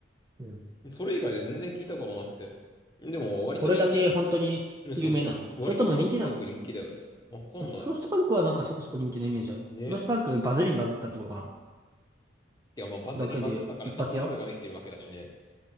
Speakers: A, on the right; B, on the left.
A: うん。
B: それ以外で全然聞いたことなくて。でも、割と人気だ。
A: これだけ本当に有名なのそれとも人気なの
B: ねそうそう。割とフロスパンク人気だよね。わかんない。
A: フロストパンクはなんかそこそこ人気のイメージある。
B: ね。
A: フロストパンクバズりにバズったってことかな
B: てか、まあ、バズりにバズったからちゃんと2ができてるわけだしね。
A: だけで一発屋